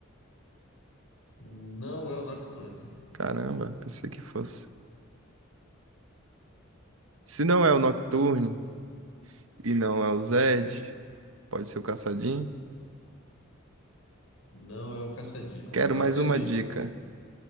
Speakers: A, on the left; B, on the right.
A: Não é o Nocturne.
B: Caramba, pensei que fosse. Se não é o Nocturne e não é o Zed, pode ser o Caçadinho.
A: Não é o Caçadinho. Eu
B: Quero
A: Vou dar
B: mais
A: outra
B: uma
A: dica.
B: dica.